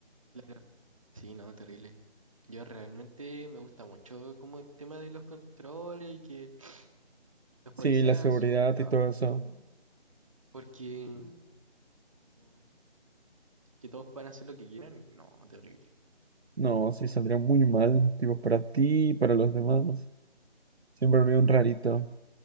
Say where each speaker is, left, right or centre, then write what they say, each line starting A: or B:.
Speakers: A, on the right; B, on the right.
A: claro. Sí, no, terrible. Yo realmente me gusta mucho como el tema de los controles y que los policías
B: Sí, la seguridad
A: hagan su trabajo
B: y todo
A: al
B: eso.
A: final. Porque como que todos puedan hacer lo que quieran, no, terrible.
B: No, sí, saldría muy mal. Tipo, para ti y para los demás. Siempre habría un rarito.
A: Claro.